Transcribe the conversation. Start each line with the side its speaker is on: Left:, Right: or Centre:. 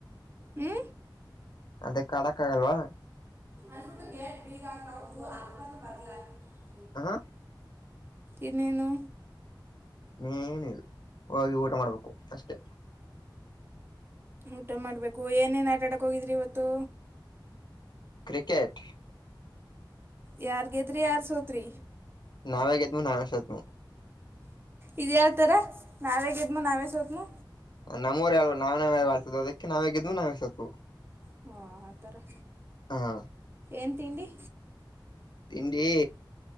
Right: ಹ್ಮ
Left: ಅದಕಾಡಕಾಗಲ್ವಾ.
Right: ಅ್ಬಟ್ಟು ಗ ಬಗದು ಅ ಬದಲ <unintelligible>
Left: ಅಹ
Right: ಇನ್ನೇನು.
Left: ಏನ್ ಇಲ್ಲ ಹೋಗಿ ಊಟ ಮಾಡ್ಬೇಕು ಅಷ್ಟೆ.
Right: ಊಟ ಮಾಡ್ಬೇಕು ಏನೇನ್ ಆಟಾಡಕ್ ಹೋಗಿದ್ರಿ ಇವತ್ತು.
Left: ಕ್ರಿಕೆಟ್
Right: ಯಾರ್ ಗೆದ್ರಿ ಯಾರ್ ಸೋತ್ರಿ.
Left: ನಾವೇ ಗೆದ್ನು ನಾವೇ ಸೋತ್ನಿ
Right: ಇದ ಯಾವತರ ನಾವೇ ಗೆದ್ಮು ನಾವೇ ಸೋತ್ಮು.
Left: ನಮ್ಮೂರೆ ಅಲ್ವ ನಾವನಾವೆ ಅಲಾ ಆಡ್ತಿದೋ ಅದಕ್ಕೆ ನಾವ ಗೆದ್ವು ನಾವೆ ಸೋತ್ವು.
Right: ಹಾ ಆ ತರಾ.
Left: ಹಾ.
Right: ಏನ ತಿಂಡಿ.
Left: ತಿಂಡಿ